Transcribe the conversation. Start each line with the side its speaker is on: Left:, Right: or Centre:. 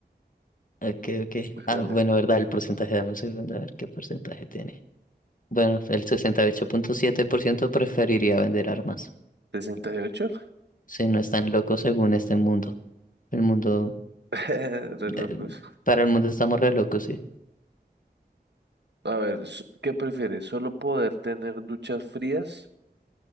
Left: ok, ok.
Right: Hágale.
Left: Ah, bueno, ¿verdad? El porcentaje, dame un segundo, a ver qué porcentaje tiene. Bueno, el sesenta y ocho punto siete por ciento preferiría vender armas.
Right: ¿sesenta y ocho.
Left: Si no están locos según este mundo. El mundo,
Right: <laughs> Re locos.
Left: eh, para el mundo estamos re locos, sí.
Right: A ver, s- ¿qué prefieres? ¿Solo poder tener duchas frías